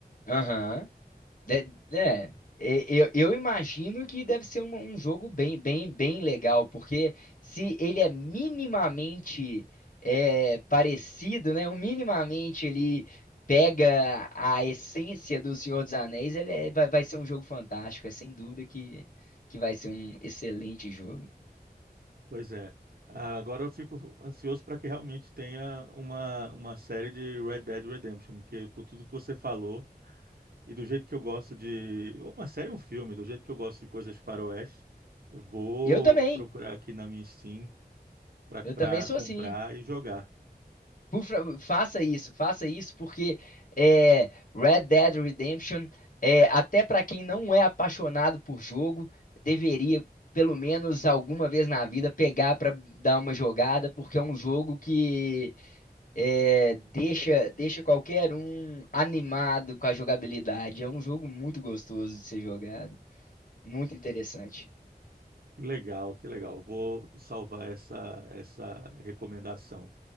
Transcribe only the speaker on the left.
aham. De- É, e- eu, eu imagino que deve ser um, um jogo bem, bem, bem legal, porque se ele é minimamente é, parecido, né? um Minimamente ele pega a essência do Senhor dos Anéis, ele é- vai, vai ser um jogo fantástico. É sem dúvida que, que vai ser um excelente jogo.
Eu também,
eu também sou
assim.
Por fa- faça isso, faça isso, porque é, Red Dead Redemption, é, até para quem não é apaixonado por jogo, deveria, pelo menos alguma vez na vida, pegar para dar uma jogada, porque é um jogo que é, deixa, deixa qualquer um animado com a jogabilidade. É um jogo muito gostoso de ser jogado, muito interessante.